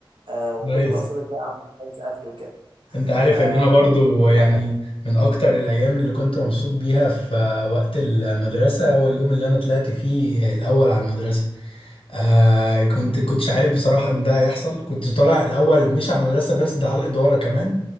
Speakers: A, on the right; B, on the left.
A: آه، وكله
B: كويس
A: بقى فضل بقى عم يسقف لي وكده
B: انت عارف
A: آه،
B: ان انا برضو
A: بجد اليوم
B: يعني
A: ده
B: من اكتر الايام اللي كنت مبسوط بيها في وقت المدرسة هو اليوم اللي انا طلعت فيه الاول على المدرسة آه كنت كنتش عارف بصراحة إن ده هيحصل كنت طالع الأول مش على المدرسة بس ده على الإدارة كمان